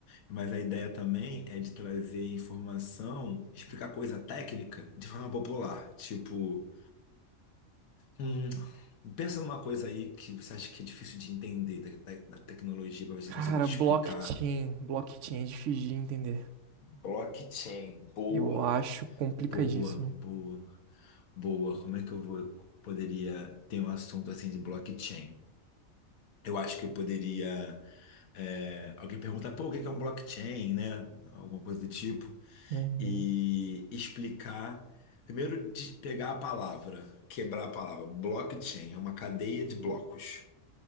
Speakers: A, on the left; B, on the right.
A: Mas a ideia também é de trazer informação, explicar coisa técnica de forma popular. Tipo, hum, pensa numa coisa aí que você acha que é difícil de entender da- da- na tecnologia, para ver se
B: Cara,
A: eu consigo te
B: blockchain,
A: explicar.
B: blockchain é difícil de entender.
A: Blockchain, boa.
B: Eu acho complicadíssimo.
A: Boa, boa, boa. Como é que eu vou, poderia ter um assunto assim de blockchain? Eu acho que eu poderia. é, alguém perguntar, pô, o que que é um blockchain, né? Alguma coisa do tipo.
B: Uhum.
A: e explicar. Primeiro, de pegar a palavra, quebrar a palavra. Blockchain é uma cadeia de blocos.